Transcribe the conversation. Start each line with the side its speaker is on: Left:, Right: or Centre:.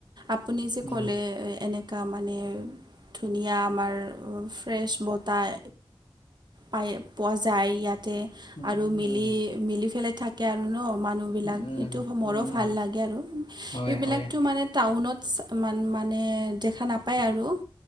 Right: আপুনি যে
Left: উম
Right: ক'লে এনেকুৱা মানে ধুনীয়া আমাৰ ফ্ৰেছ বতাহ পায় পোৱা যায় ইয়াতে
Left: উম
Right: আৰু মিলি
Left: উম
Right: মিলি পেলাই থাকে আৰু ন মানুহ বিলাক
Left: উম উম
Right: এইটো মোৰো
Left: উম
Right: ভাল লাগে আৰু
Left: হয়
Right: এইবিলাক
Left: হয়
Right: টো টাউনত মান মানে দেখা নাপায় আৰু